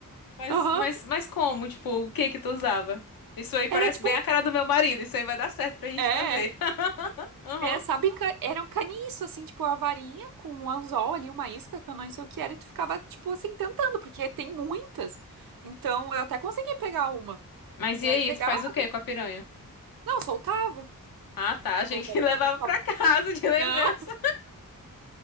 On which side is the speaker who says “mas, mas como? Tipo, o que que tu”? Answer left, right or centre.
Left